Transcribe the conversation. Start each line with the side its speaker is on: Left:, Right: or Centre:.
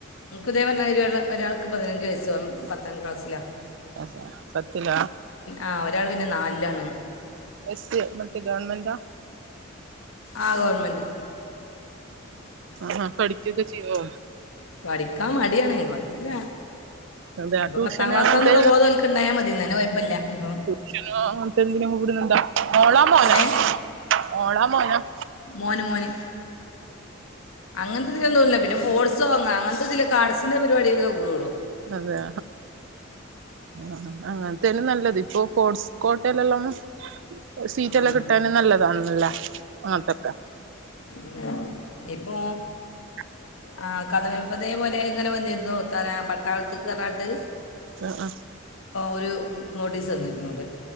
Left: ഇതെ പറഞ്ഞാതിരി ള്ള ഒരാൾക്ക് പതിനഞ്ച് വയസ്സ് പത്താം ക്ലാസ്സിലാണ
Right: അത പത്തില
Left: ആ ഒരാൾ പിന്നെ നാലിലാണ്
Right: എസ് സി മറ്റേ ഗവർൺമെന്റാ
Left: ആ ഗവൺമെൻറ്
Right: ആ പഠിക്കൊക്കെ ചെയ്യോ
Left: പഠിക്കാൻ മടിയാണ് കൊയപ്പല്ല
Right: അതെ
Left: ഇപ്പ
Right: ട്യൂഷന്
Left: പത്താം ക്ലാസന്നുള്ള
Right: അങ്ങനത്തെ
Left: ബോധോ ഓൽ ഒ ഉണ്ടായാ മതി ന്ന കുഴപ്പല്ല അ
Right: സൂഷോ അങ്ങനത്തെ എന്തിന വിടുന്നുണ്ടോ? മോളാ മോന
Left: ഏ
Right: മോളാ മോന
Left: മോന് മോന് അങ്ങനത്തെ ഇതിന്നില്ല പിന്നെ സ്പോട്സോ അങ്ങ അങ്ങനത്തെതിൽ ആർട്സിന്റെ പരിപാടിക്കൊക്കെ കൂടൊള്ളു
Right: അതെ ആ അങ്ങനത്തന്നെ നല്ലത് ഇപ്പോ പോട്സ് കോട്ടയിലെല്ലാം സീറ്റ്ല്ലാം
Left: ആം.
Right: കിട്ടാനും നല്ലതാണല്ലേ ആ തക്കത്ര
Left: ഉം. ഇപ്പോ
Right: <unintelligible>
Left: ആ കഥമപതേ പോലെ ഇങ്ങനെ വന്നിരുന്നു തര പട്ടാളത്തകരഞ്ഞാണ്ട്
Right: ആ ആഹ്
Left: ഒരു മോടിസ് തന്നിരുന്നുണ്ട്